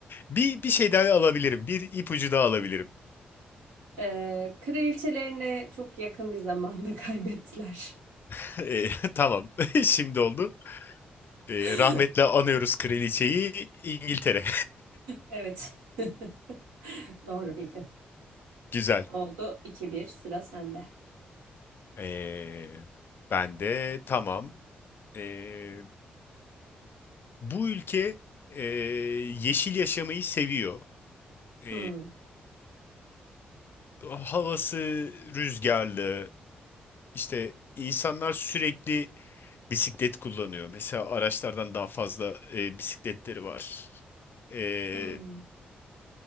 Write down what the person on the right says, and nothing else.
Ee, kraliçelerini çok yakın bir zamanda <laughs> kaybettiler.
<laughs>
Evet. <laughs> Doğru bildin.
Oldu iki bir sıra sende.
Hmm,
hmm.